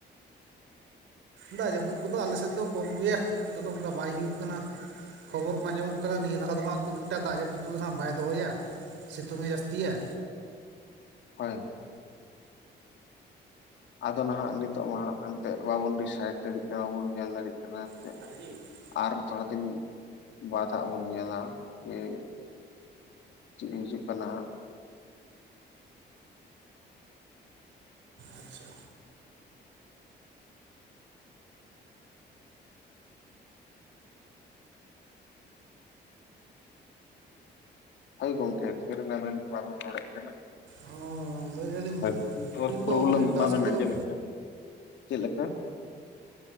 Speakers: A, on the right (about 85°); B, on the left (about 80°).
A: ᱫᱟᱜ ᱡᱟᱹᱯᱩᱫ ᱠᱚᱫᱚ ᱟᱞᱮ ᱥᱮᱫ ᱫᱚ ᱠᱚᱢ ᱜᱮᱭᱟ, ᱱᱤᱛᱚᱜ ᱫᱚ ᱚᱱᱠᱟ ᱵᱟᱭ ᱦᱩᱭᱩᱜ ᱠᱟᱱᱟ᱾ ᱠᱷᱚᱵᱚᱨ ᱠᱚ ᱟᱸᱡᱚᱢᱚᱜ ᱠᱟᱱᱟ, ᱱᱤᱭᱟᱹ ᱫᱷᱟᱣ ᱫᱚ ᱦᱟᱸᱜ ᱠᱷᱩᱵ ᱮᱠᱴᱟ ᱫᱟᱜ ᱡᱟᱹᱯᱩᱫ ᱠᱚ ᱫᱚ ᱦᱟᱸᱜ ᱵᱟᱭ ᱫᱚᱦᱚᱭᱟ᱾ ᱥᱤᱛᱩᱝ ᱮ ᱡᱟᱹᱥᱛᱤ ᱭᱟ᱾
B: ᱦᱳᱭ ᱟᱫᱚ ᱱᱟᱦᱟᱜ ᱱᱤᱛᱚᱜ ᱢᱟ ᱦᱟᱜ ᱮᱱᱛᱮ ᱵᱟᱵᱚᱱ ᱰᱤᱥᱟᱭᱤᱰ ᱫᱟᱲᱮᱜ ᱠᱟᱱᱟ, ᱵᱟᱵᱚᱱ ᱧᱮᱞ ᱫᱟᱲᱮᱜ ᱠᱟᱱᱟ᱾ ᱪᱮᱫ
A: <unintelligible>
B: ᱟᱨ ᱛᱷᱚᱲᱟ ᱫᱤᱱ ᱵᱟᱫ ᱦᱟᱸᱜ ᱵᱚᱱ ᱧᱮᱞᱟ <unintelligible> ᱪᱮᱫ ᱤᱧ ᱦᱤᱡᱩᱜ ᱠᱟᱱᱟ ᱦᱟᱸᱜ?
A: ᱟᱪᱪᱷᱟ
B: ᱦᱟᱭ ᱜᱚᱢᱠᱮ ᱛᱷᱤᱨ ᱮᱱᱟ ᱵᱤᱱ? ᱵᱟᱵᱤᱱ ᱨᱚᱲᱮᱫ ᱠᱟᱱᱟ
A: ᱚ ᱞᱟᱹᱭᱮᱫᱼᱟ ᱞᱤᱧ
B: ᱦᱳᱭ ᱜᱚᱢᱠᱮ᱾ ᱴᱟᱣᱟᱨ
A: ᱟᱹᱵᱤᱱ
B: ᱯᱨᱚᱵᱨᱞᱮᱢ
A: ᱫᱚ ᱢᱟᱱᱮ ᱴᱟᱥᱠ
B: ᱵᱟᱵᱤᱱ
A: ᱠᱚᱫᱚ
B: ᱟᱸᱡᱚᱢᱮᱫ ᱠᱷᱟᱱ? ᱪᱮᱫ ᱞᱮᱠᱟ᱾